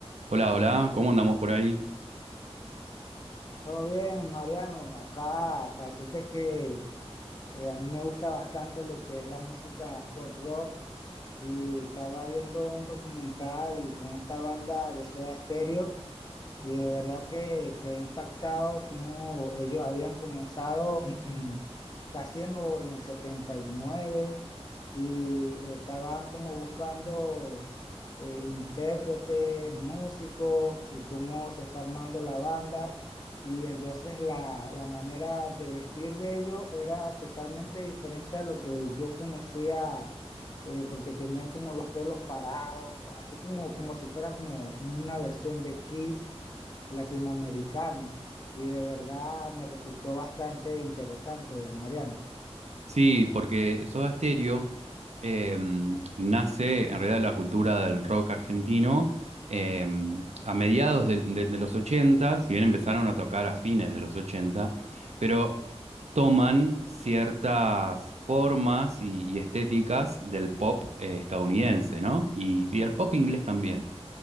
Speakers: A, on the right; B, on the left.
A: Hola, hola, ¿cómo andamos por ahí?
B: Todo bien, Mariano. Acá para decirte que eh, a mí me gusta bastante lo que es la música pop rock y estaba viendo un documental con esta banda de Soda Stereo y de verdad que, que he impactado cómo ellos habían comenzado <clears throat> casi en, lo- en el 79 y estaban como buscando eh, intérpretes, músicos y cómo se fue armando la banda. Y entonces la, la manera de vestir de ellos era totalmente diferente a lo que yo conocía, eh, porque tenían como los pelos parados, así como, como si fuera como una versión de Kiss latinoamericano. Y de verdad me resultó bastante interesante, Mariano.
A: Sí, porque Soda Stereo em, nace en realidad la cultura del rock argentino em, a mediados del- de, de los 80. si bien empezaron a tocar a fines de los 80, pero toman ciertas formas y, y estéticas del pop eh, estadounidense, ¿no? Y, y del pop inglés también.